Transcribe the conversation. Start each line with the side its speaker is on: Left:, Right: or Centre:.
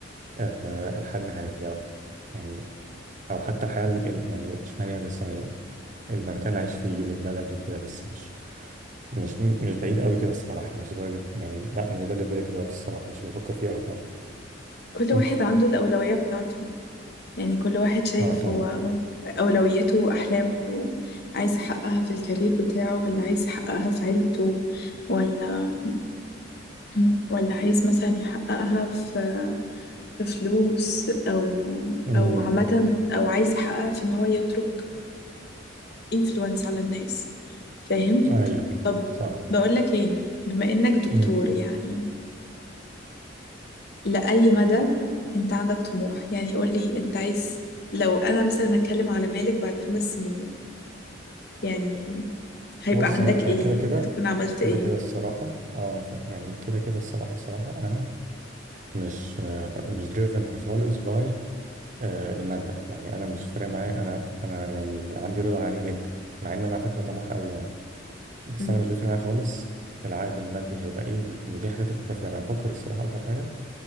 Right: آه، الحياة المهنية أكتر يعني أو حتى الحياة ال- ال- يعني مش مهنية بس يعني المكان اللي عايش فيه والبلد وكده بس مش مش مش بعيد قوي كده الصراحة يعني مش لدرجة يعني لا مش ده اللي في بالي دلوقتي الصراحة مش بفكر فيه قوي يعني
Left: كل
Right: أنت
Left: واحد عنده الأولوية بتاعته يعني كل واحد شايف
Right: آه طبعا
Left: هو ممكن أولويته وأحلامه عايز يحققها في الكارير بتاعه ولا عايز يحققها في عيلته ولا مم. ولا عايز مثلا يحققها في في فلوس او
Right: أمم،
Left: او عامة او عايز يحققها في ان هو يترك انفلونس على الناس فاهم
Right: أيوه
Left: طب
Right: صح
Left: بقول لك ايه بما انك دكتور
Right: أمم.
Left: يعني فلأي مدى انت عندك طموح يعني قول لي انت عايز لو انا مثلا هتكلم على مالك بعد خمس سنين يعني هيبقى
Right: بص
Left: عندك
Right: انا
Left: ايه
Right: انا كده كده
Left: هتكون عملت
Right: كده
Left: ايه
Right: كده الصراحه اه انا فاهم يعني كده كده الصراحه الصراحه انا مش آه، مش دريفن خالص باي الماده يعني انا مش فارق معايا انا انا يعني عندي رضا عالي جدا مع ان انا على فكره طموح قوي يعني بس
Left: مم.
Right: انا مش بيفرق معايا خالص العائد المادي هيبقى ايه ومش دي حاجه تفكر فيها انا بفكر الصراحه اكتر حاجه